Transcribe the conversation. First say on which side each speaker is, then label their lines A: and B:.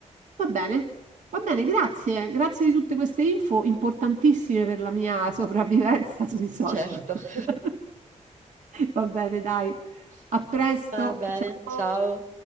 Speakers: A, on the right; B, on the right.
A: va bene, va bene, grazie. Grazie di tutte queste info importantissime per la mia sopravvivenza sui social.
B: certo. <laughs>
A: <laughs> Va bene, dai. A presto.
B: Va bene,
A: Ciao.
B: ciao.